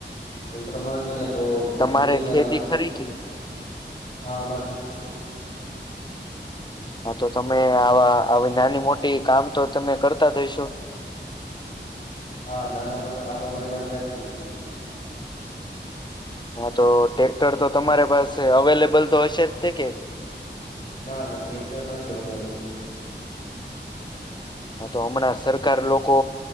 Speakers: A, on the left (about 40°); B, on the left (about 25°).
A: તો એ પ્રમાણે ગણ્યા તો ડુંગળીના
B: તમારે ખેતી ખરી કે
A: હામારી ખેતી છે
B: હા તો તમે આવા નાની મોટી કામ તો તમે કરતા થઈશો
A: હા નાના મોટા કામ તો અમે અમારે તયાદ કરી
B: હા તો ટટેક્ટર તો તમારે પાસે અવેલેબલ તો હશે જ કે
A: ના ના ટ્રેક્ટર નથી અવેલેબલ
B: હા તો હમણાં સરકાર લોકો